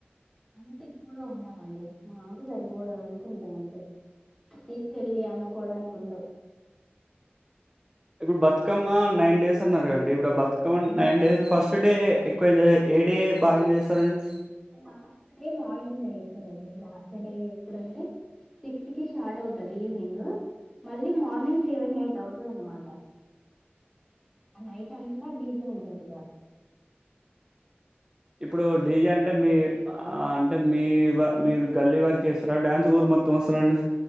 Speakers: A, in the centre; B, on the right.
A: అంత ఎక్కువగా ఉండవండి మాకు సరిపోవనుకుంటాయి అంతే తీసుకెళ్ళి అమ్ముకోడానికి ఉండవు
B: ఇప్పుడు బతుకమ్మ నైన్ డేస్ అన్నారు కదండి ఇప్పుడు Bathukamma nine days first day ఎక్కువ ఏం ఏ డే బాగా ఏం చేస్తారండి
A: లాస్ట్ డే బాగా ఎంజాయ్ చేస్తారండి లాస్ట్ డే ఎప్పుడంటే సిక్స్ కి స్టార్ట్ అవుతుంది ఈవినింగ్ మళ్ళీ మార్నింగ్ సెవెన్ ఎయిట్ అవుతుంది అనమాట నైట్ ఎంతా డీజే ఉంటది ఈడ
B: ఇప్పుడు డీజే అంటే మీ ఆ అంటే మీ మీ గల్లీ వారికి ఇస్తారా డ్యాన్స్ ఊరు మొత్తం వస్తార అండి